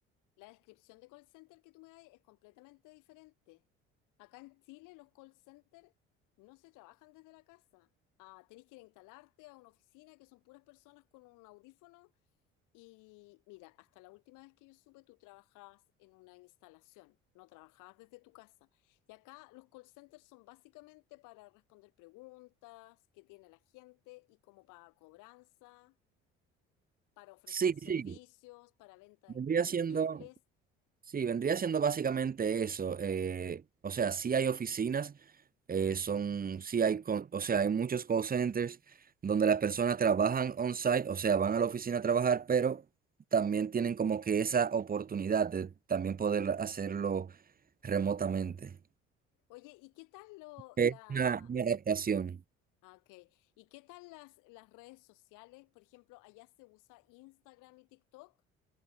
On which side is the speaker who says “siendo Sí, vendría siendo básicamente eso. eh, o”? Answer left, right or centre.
Right